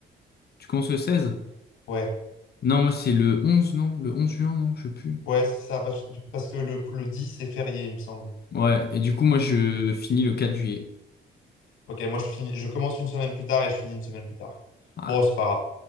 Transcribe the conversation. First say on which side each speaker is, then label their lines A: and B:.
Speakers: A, on the left (about 55°); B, on the left (about 85°).
A: Tu commences le 16?
B: Ouais,
A: Non, moi, c'est le 11, non? Le 11 juin, non? Je sais plus.
B: ouais, c'est ça, parce parce que le, le 10, c'est férié, il me semble.
A: Ouais, et du coup, moi, je finis le 4 juillet.
B: Ok, moi, je finis, je commence une semaine plus tard et je finis une semaine plus tard.
A: Ah,
B: Bon, c'est pas grave.